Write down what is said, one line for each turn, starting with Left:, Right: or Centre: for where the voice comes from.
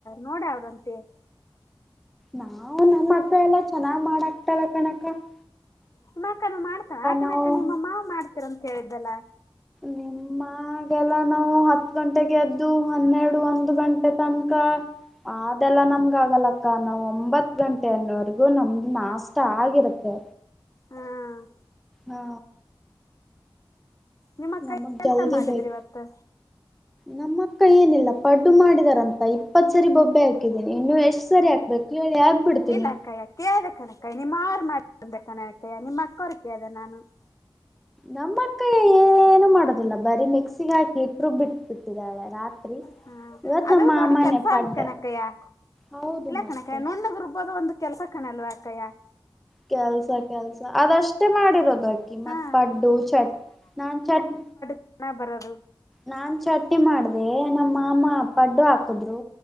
Left: ನೋಡಾವರಂತಿ. <inaudible>
Centre: ನಾವು ನಮ್ಮ ಅಕ್ಕ ಎಲ್ಲಾ ಚೆನ್ನಾಗ ಮಾಡಹಾಕತಳ್ ಕಣಕ್ಕ. <inaudible>
Left: ನಿಮ್ಮಕ್ಕನು ಮಾಡ್ತ ಆಕಣಕ್ಕ
Centre: ನಾವು
Left: ನಿಮ್ಮ ಮಾವ ಮಾಡ್ತರ ಅಂತ ಹೇಳಿದ್ದಲ್ಲ. <inaudible>
Centre: ನಿಮ್ಮ ಮನೆಗ ಎಲ್ಲಾ ನಾವು ಹತ್ತು ಗಂಟೆ ಗೆದ್ದು ಹನ್ನೆರಡು ಒಂದು ಗಂಟೆ ತನಕ ಅದೆಲ್ಲ ನಮ್ಗ ಆಗಲಕ್ಕ ನಾವ ಒಂಬತ್ತ ಗಂಟೆನ್ವರ್ಗೂ ನಮ್ದು ನಾಷ್ಟ ಆಗಿರುತ್ತೆ.
Left: ಹ್ಮ್
Centre: ಹಾ
Left: ನಿಮ್ಮ ಅಕ್ಕ
Centre: ನಮಗ್ ಜಲ್ದಿ
Left: ಎಂತ ಮಾಡಿದ್ರಿ
Centre: ಬೇಕ.
Left: ಇವತ್ತು
Centre: ನಮ್ಮ ಅಕ್ಕ ಏನಿಲ್ಲ ಪಡ್ಡು ಮಾಡಿದಾರಂತ ಇಪ್ಪತ್ತ ಸರಿ ಬೊಬ್ಬೆ ಹಾಕಿದ್ದೀನಿ ಇನ್ನು ಎಷ್ಟ್ ಸರಿ ಹಾಕ್ಬೇಕು. ಹೇಳಿ ಹಾಕ್ಬಿಡ್ತೀನಿ
Left: ಇಲ್ಲ ಅಕ್ಕಯ್ಯ ಕೇಳ್ದೆ ಕನಕಯ್ಯ ನಿಮ್ಮ ಮಾವರ ಮಾಡಿದೇ ಕನಕ್ಕಯ್ಯ ನಿಮ್ಮ ಅಕ್ಕೋರ್ ಕೇಳ್ದ ನಾನು. <inaudible>
Centre: ನಮ್ಮ ಅಕ್ಕ ಏ ಏನು ಮಾಡೋದಿಲ್ಲ ಬರಿ ಮೆಕ್ಸಿಗೆ ಹಾಕಿ ಹಿಟ್ಟ ರುಬ್ಬಿ ಬಿಟ್ ಬಿಟ್ಟಿದ್ದಾಳೆ ರಾತ್ರಿ <inaudible>
Left: ಹಾ
Centre: ಇವತ್
Left: ಅದು
Centre: ನಮ್ಮ ಮಾಮನೆ
Left: ದೊಡ್ಡ ಕೆಲಸಾ
Centre: ಪಡ್ಡ
Left: ಅಲ್ಲ ಕಣಕಯ್ಯ
Centre: ಹೌದು
Left: ಇಲ್ಲ
Centre: ಮತ್ತೆ
Left: ಕಣಕಯ್ಯ ನುಣ್ಣಗ್ ರುಬ್ಬೋದು ಒಂದು <inaudible> ಕೆಲಸ ಕಣಲ್ವಾ ಅಕ್ಕಯಾ? <inaudible>
Centre: ಕೆಲಸ ಕೆಲಸ ಅದಷ್ಟೇ ಮಾಡಿರೋದಕಿ ಮತ್ತ
Left: ಹಾ
Centre: ಪಡ್ಡು ಚಟ್ ನಾನ್ ಚಟ್
Left: ಹಣ ಬರೋದು? <inaudible>
Centre: ನಾನ್ ಚಟ್ನಿ ಮಾಡ್ದೆ ನಮ್ಮ ಮಾಮ ಪಡ್ಡು ಹಾಕಿದ್ರು